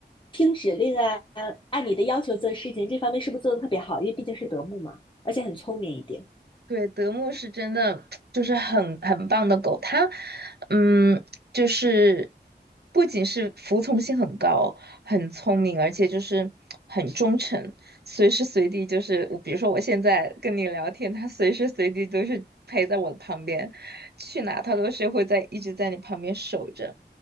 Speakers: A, on the left (about 30°); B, on the right (about 65°).
A: 听指令啊，按你的要求做事情，这方面是不是做的特别好？因为毕竟是德牧嘛，而且很聪明一点。
B: 对，德牧是真的 <tsk> 就是很很棒的狗，它，嗯，就是不仅是服从性很高，很聪明，而且就是很忠诚，随时随地就是我比如说我现在跟你聊天，它随时随地都是陪在我的旁边，去哪它都是会在一直在你旁边守着，